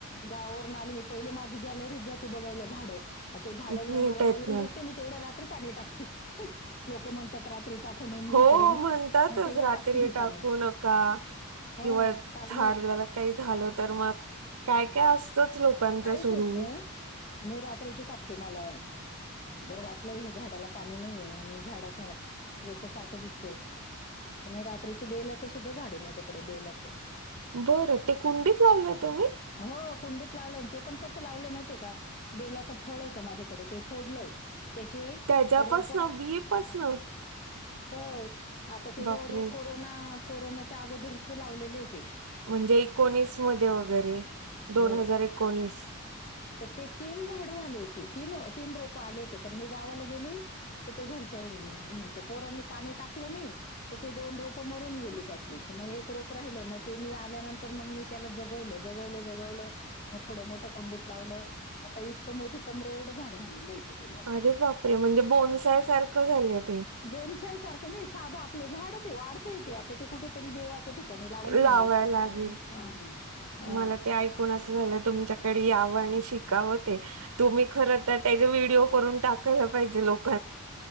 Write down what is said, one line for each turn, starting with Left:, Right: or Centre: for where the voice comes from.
Left: गावावरन आली मी पहिली मागे गॅलरीच जाते बघायला झाड. ते झाड
Right: नीट
Left: जर मला
Right: आहेत
Left: मलूल
Right: ना
Left: दिसली. मी तेवढ्या रात्री पाणी टाकते. लोक म्हणतात. टाकू नये आणि
Right: हो
Left: हे करू नये.
Right: म्हणतातच
Left: मग तेव्हा
Right: रात्री
Left: टाकते मी
Right: टाकू
Left: पाणी.
Right: नका
Left: हो
Right: किंवा
Left: काही
Right: झाडाला
Left: नाही.
Right: काही झालं तर मग काय काय असतच लोकांच
Left: काहीच
Right: सुरू.....
Left: होत नाही. हं. मी रात्रीची टाकते मला.. जर वाटलंय हे झाडाला पाणी नाहीये आणि झाड अस याच्यासारखं दिसते आणि रात्रीची बेलाचं सुद्धा झाड आहे माझ्याकडे बेलाचं.
Right: बरं, ते कुंडीत लावलंय तुम्ही.
Left: हो कुंडीत लावलंय ते पण कसं लावलेय माहितीय का. बेलाचं फळ होतं माझ्याकडे ते फोडलं. त्याचे
Right: त्याच्यापासन
Left: रोप.
Right: बी पासन
Left: हा. आता ते
Right: बापरे
Left: जवळ-जवळ कोरोना. कोरोनाच्या अगोदरचं लावलेले आहे ते.
Right: म्हणजे एकोणीस मध्ये वगैरे. दोन
Left: हो
Right: हजार एकोणीस.
Left: तर ते तीन झाड झाली होती. तीन तीन रोप आले होते पण मी गावाला गेली तर, ते घरच्या घरच्या पोरांनी पाणी टाकलं नाही तर, ते दोन रोप मरून गेली त्यातली तर मग एक रोप राहिलं मग ते मी आल्यानंतर मग मी त्याला जगवलं. जगवलं जगवल मग थोड मोठ्या कुंडीत लावलं आता इतकं मोठ कमरे एवढं झाड झालेले आहे. ते बेलाचं.
Right: अरे, बापरे! म्हणजे <unintelligible> सारखं झालं ते.
Left: बोनसाई सारखं नाही साधं झाडच आहे वाढत येते आता ते कुठ तरी. <unintelligible> ठिकाणी लावून येईल
Right: लावाय
Left: मी.
Right: लागेल
Left: हा.
Right: मला ते ऐकून असं झालं तुमच्या. तिकडे यावे आणि शिकावं ते तुम्ही खरं तर त्याचे व्हिडिओ करून टाका. पहिले पाहिजे ते लोक